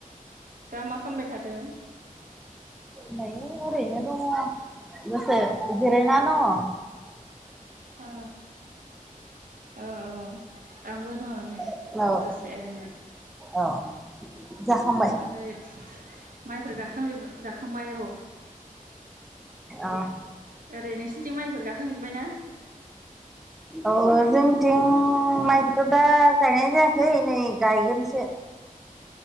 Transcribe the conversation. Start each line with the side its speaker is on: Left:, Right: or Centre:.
Right: दा मा खालामबाय थादों?
Centre: दायो ओरैनो दङ दसे जिरायना दङ।
Right: अ औ औ आंबो दङ नै
Centre: नोंलाय
Right: दसे एरैनो।
Centre: औ जाखांबाय?
Right: ओमफ्राय माइफोर गायखांजोब, जाखांबाय औ।
Centre: अह।
Right: ओरै नोंसिनिथिं माइफोर गाखांजोब्बाय ना?
Centre: अ जोंनिथिं माइखौथ' दा गायनाय जायाखै नै गायगोनसो।